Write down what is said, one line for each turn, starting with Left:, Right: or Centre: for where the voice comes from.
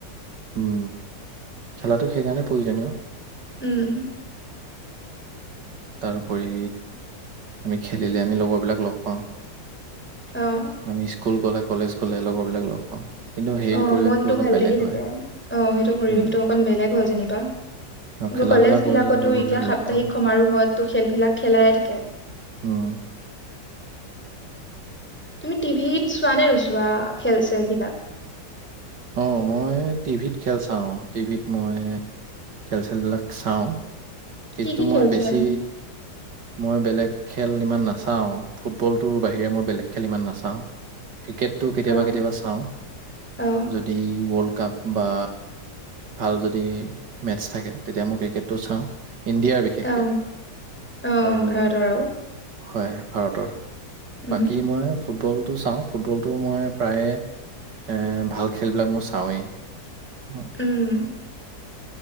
Right: উম খেলাটো সেইকাৰণে প্ৰয়োজনীয়
Centre: উম
Right: তাৰোপৰি আমি খেলিলে আমি লগৰবিলাক লগ পাওঁ
Centre: অ
Right: আমি স্কুল গলে কলেজ গলে লগৰ বিলাক লগ পাওঁ কিন্তু সেই
Centre: অ
Right: পৰিৱেশটো
Centre: মনতটো
Right: অলপ
Centre: ভাল
Right: বেলেগ
Centre: লাগি থাকে
Right: হয়
Centre: অ সেইটো পৰিৱেশতটো
Right: উম
Centre: অকন বেলেগ হয় যেনিব বা
Right: আৰু খেলা
Centre: কলেজ
Right: ধূলা
Centre: বিলাকতো
Right: কৰিলে লগৰবিলাক
Centre: এতিয়া
Right: লগ
Centre: সাপ্তাহিক
Right: পাওঁ
Centre: সমাৰোহত টো খেলবিলাক খেলাইয়ে থাকে
Right: হও
Centre: তুমি টিভিত চোৱা নে নুচোৱা খেল চেল বিলাক
Right: অ মই টিভিত খেল চাওঁ টিভিত মই খেল চেলবিলাক চাওঁ কিন্তু
Centre: কি কি
Right: মই
Centre: খেল
Right: বেছি
Centre: চোৱা তুমি
Right: মই বেলেগ খেল ইমান নাচাও ফুটবল টোৰ বাহিৰে মই বেলেগ খেল ইমান নাচাওঁ ক্ৰিকেটটো কেতিয়াবা
Centre: অ
Right: কেতিয়াবা চাওঁ
Centre: অ
Right: যদি ৱৰ্লড কাপ বা ভাল যদি মেচ থাকে তেতিয়া মই ক্ৰিকেটটো চাওঁ ইণ্ডিয়াৰ বিশেষকে
Centre: অ অ
Right: আৰু
Centre: ভাৰতৰ আৰু
Right: হয় ভাৰতৰ
Centre: উম
Right: বাকী মই ফুটবল টো চাওঁ ফুটবলটো মই প্ৰায়ে এ ভাল খেলবিলাক মই চাওঁৱেই হয়
Centre: উম